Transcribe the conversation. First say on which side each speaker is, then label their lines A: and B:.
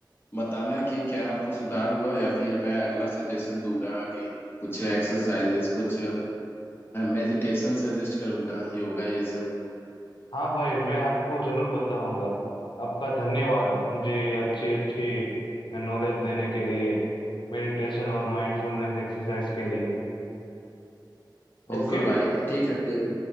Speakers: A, on the left (about 30°); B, on the left (about 80°).
A: बताना कि क्या आपको सुधार हुआ या फिर मैं अगला सजेशन दूंगा आगे कुछ एक्सरसाइजेस कुछ मेडिटेशन सजेस्ट करूंगा योगा ये सब
B: हाँ भाई मैं आपको जरूर बताऊंगा आपका धन्यवाद मुझे अच्छी अच्छी नॉलेज देने के लिए मेडिटेशन और माइंडफुलनेस एक्सरसाइज के लिए
A: बिल्कुल
B: ओके
A: भाई ठीक है फिर